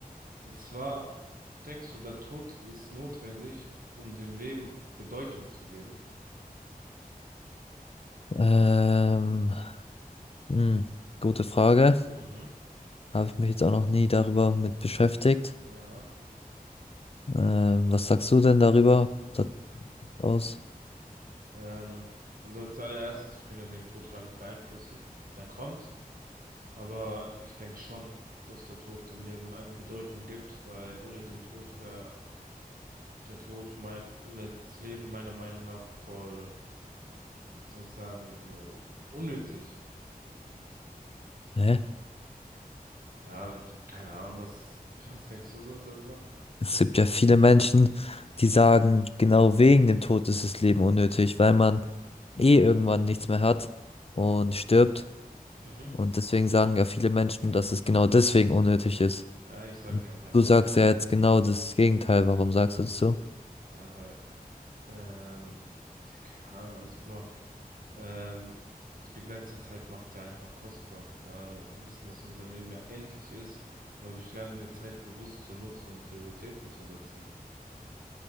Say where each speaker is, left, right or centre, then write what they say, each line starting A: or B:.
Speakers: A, on the right; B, on the left.
A: Und zwar, denkst du, der Tod ist notwendig, um dem Leben Bedeutung zu geben?
B: ähm, hm, gute Frage.
A: Mhm.
B: Habe ich mich jetzt auch noch nie darüber mit beschäftigt.
A: Ja.
B: Ähm, was sagst du denn darüber da aus?
A: Ähm, also als allererstes, wir können ja den Tod gar nicht beeinflussen. Der kommt. Aber ich denke schon, dass der Tod dem Leben eine Bedeutung gibt, weil ohne den Tod wäre der Tod mein, oder das Leben meiner Meinung nach voll, wie soll ich sagen, also unnötig.
B: Hä?
A: Ja, keine Ahnung, was, <laughs> was denkst du so darüber?
B: Es gibt ja viele Menschen, die sagen, genau wegen dem Tod ist das Leben unnötig, weil man eh irgendwann nichts mehr hat und stirbt.
A: Mhm.
B: Und deswegen sagen ja viele Menschen, dass es genau deswegen unnötig ist.
A: Äh, ich sag, die haben keine
B: Du
A: Ahnung.
B: sagst ja jetzt genau das Gegenteil. Warum sagst du das so?
A: Ja, weil, ähm, ja, keine Ahnung, also guck mal. Ähm, die begrenzte Zeit macht ja einfach kostbar, weil wir wissen, dass unser Leben ja endlich ist. Und dadurch lernen wir Zeit bewusst zu nutzen und Prioritäten zu setzen.